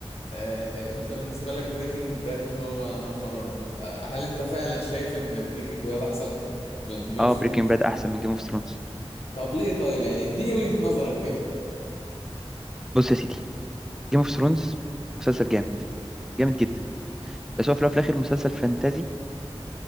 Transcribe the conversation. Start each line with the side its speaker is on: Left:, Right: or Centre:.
Left: آه ان انت بالنسبه لك بريكنج باد هو نمبر 1 فهل انت فعلا شايف ان بريكنج باد احسن من جيم
Centre: آه
Left: اوف ثرونز
Centre: بريكنج باد احسن من جيم اوف ثرونز
Left: طب ليه طيب يعني اديني وجهة نظرك كده
Centre: بص يا سيدي جيم
Left: مم،
Centre: اوف ثرونز مسلسل جامد جامد جدا بس هو في الأول وفي الاخر مسلسل فانتازي